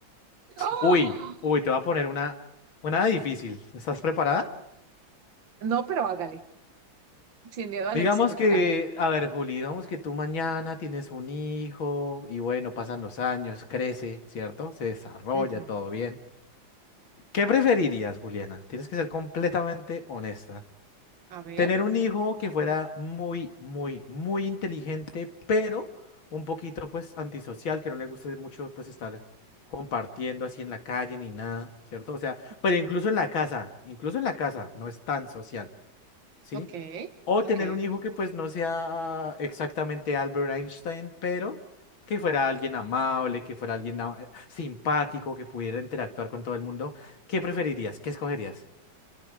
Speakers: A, on the right; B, on the left.
A: ¡Ah!
B: Uy, uy, te voy a poner una, una difícil. ¿Estás preparada?
A: No, pero hágale, sin miedo al
B: Digamos
A: éxito,
B: que,
A: carajo.
B: a ver, Juli, digamos que tú mañana tienes un hijo y bueno, pasan los años, crece, ¿cierto? Se desarrolla,
A: Ujú.
B: todo bien. ¿Qué preferirías, Juliana? Tienes que ser completamente honesta.
A: A ver.
B: Tener un hijo que fuera muy, muy, muy inteligente, pero un poquito pues antisocial, que no le guste mucho pues estar compartiendo así en la calle ni nada, ¿cierto? O sea, pero
A: Mm,
B: incluso en la casa, incluso en la casa no es tan social, ¿sí?
A: Ok,
B: O
A: ok.
B: tener un
A: ok.
B: hijo que pues no sea exactamente Albert Einstein, pero que fuera alguien amable, que fuera alguien ah, eh, simpático, que pudiera interactuar con todo el mundo. ¿Qué preferirías? ¿Qué escogerías?